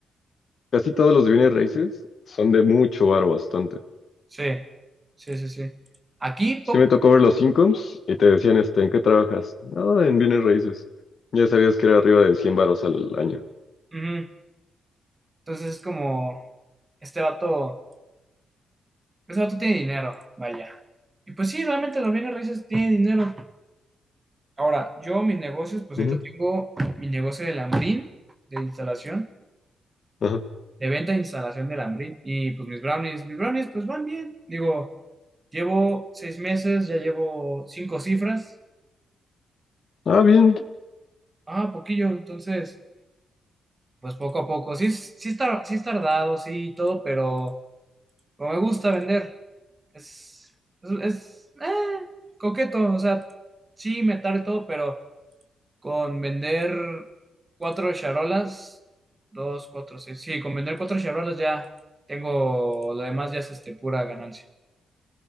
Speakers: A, on the left; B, on the right.
A: casi todos los bienes raíces son de mucho varo, bastante.
B: Sí, sí, sí, sí. Aquí,
A: Sí
B: pop.
A: me tocó ver los incomes y te decían, este, ¿en qué trabajas? No, en bienes raíces. Ya sabías que era arriba de 100 varos al año.
B: ujú. Entonces es como, este vato, este vato tiene dinero, vaya. Y pues sí, realmente los bienes raíces tienen dinero. Ahora, yo mis negocios, pues
A: Ujú,
B: ahorita tengo mi negocio de lambrín, de instalación,
A: ajá.
B: de venta e instalación de lambrín. Y pues mis brownies, mis brownies, pues van bien. Digo, llevo seis meses, ya llevo cinco cifras.
A: Ah, bien.
B: Ah, poquillo, entonces, pues poco a poco. Sí, es- sí, es tar- sí es tardado, sí, y todo, pero... Pero me gusta vender. Es, es, es, eh, coqueto, o sea, sí, metar y todo, pero con vender cuatro charolas, dos, cuatro, seis, sí, con vender cuatro charolas ya tengo, lo demás ya es este, pura ganancia.